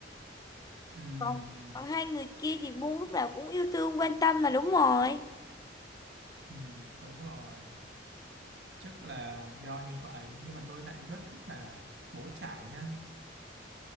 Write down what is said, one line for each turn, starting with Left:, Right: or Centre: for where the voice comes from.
Right: Ừm,
Left: còn còn hai người kia thì Bu lúc nào cũng yêu thương quan tâm là đúng rồi
Right: ừm, đúng rồi chắc là do như vậy nhưng mà tôi lại rất thích là bố trải nha